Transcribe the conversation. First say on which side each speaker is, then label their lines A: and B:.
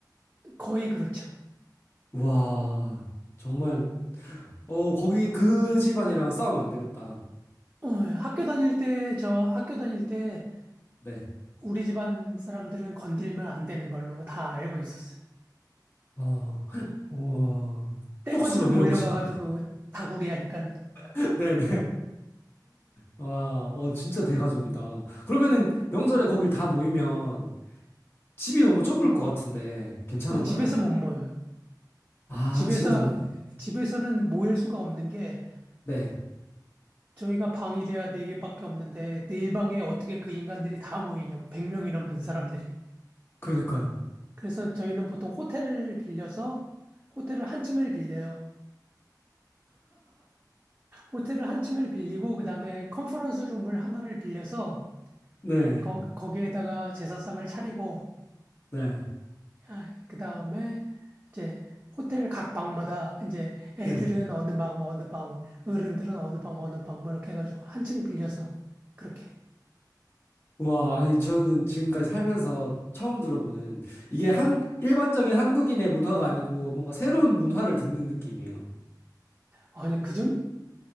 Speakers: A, on the right; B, on the left.
A: 거의 그렇죠.
B: 와, 정말, 어, 거기 그 집안이랑은 싸우면 안 되겠다.
A: 어, 학교 다닐 때, 저 학교 다닐 때
B: 네.
A: 우리 집안 사람들은 건들면 안 되는 걸로 다 알고 있었어요.
B: 와, <laughs> 와,
A: 떼거지로
B: 쪽수로 밀어붙이니까.
A: 몰려가가지고 다구리 하니까는.
B: <laughs> 네네. 와, 어, 진짜 대가족이다. 그러면은 명절에 거길 다 모이면 집이 너무 좁을 것 같은데 괜찮은가요?
A: 어, 집에서 못 모여요.
B: 아,
A: 집에서,
B: 집에서 먹
A: 집에서는 모일 수가 없는 게
B: 네.
A: 저희가 방이래야 네개밖에 없는데 네 방에 어떻게 그 인간들이 다 모이냐고. 100명이 넘는 사람들이.
B: 그러니까요.
A: 그래서 저희는 보통 호텔을 빌려서 호텔을 한 층을 빌려요. 호텔을 한 층을 빌리고 그다음에 컨퍼런스 룸을 하나를 빌려서
B: 네.
A: 거, 거기에다가 제사상을 차리고
B: 네.
A: 아, 그다음에 이제 호텔 각 방마다 이제 애들은
B: 네.
A: 어느 방 어느 방 어른들은 어느 방 어느 방 뭐 이렇게 해가지고 한 층 빌려서 그렇게
B: 와, 아니 저는 지금까지 살면서 처음 들어보는 이게 한 일반적인 한국인의 문화가 아니고 뭔가 새로운 문화를 듣는 느낌이에요.
A: 아니 그전